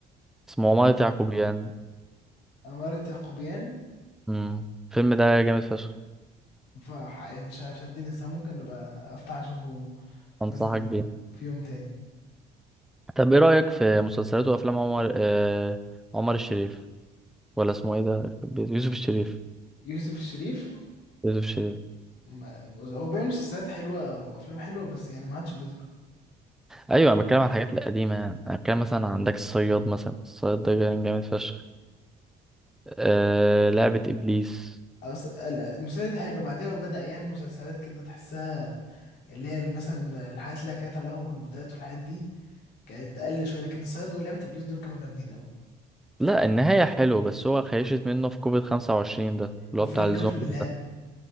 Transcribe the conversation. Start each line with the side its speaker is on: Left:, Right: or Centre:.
Centre: اسمه عمارة يعقوبيان
Left: عمارة يعقوبيان
Centre: امم الفيلم ده جامد فشخ
Left: ف يعني ش- شدني الصراحة ممكن أبقى أفتح أشوفه
Centre: انصحك
Left: مثلا
Centre: بيه
Left: في يوم تاني
Centre: طب ايه رأيك في مسلسلات وافلام عمر آه... عمر الشريف ولا اسمه ايه ده يوسف الشريف
Left: يوسف الشريف
Centre: يوسف الشريف
Left: ما هو بيعمل مسلسلات حلوة وأفلام حلوة بس يعني ما عادش بيظهر
Centre: ايوه انا بتكلم عن الحاجات القديمه يعني انا بتكلم مثلا عندك الصياد مثلا الصياد ده كان جامد فشخ آه... لعبة ابليس
Left: أص- لا، المسلسل ده حلو بعدها هو بدأ يعمل مسلسلات كده تحسها اللي هي مثلا الحاجات اللي كانت علاقة بالروبوتات والحاجات دي كانت أقل شوية لكن الصياد ولعبة إبليس دول كانوا جامدين أوي
Centre: لا النهاية حلوة بس هو خيشت منه في كوفيد 25 ده اللي
Left: وفي
Centre: هو بتاع الزومبي
Left: كفر دلهاب
Centre: ده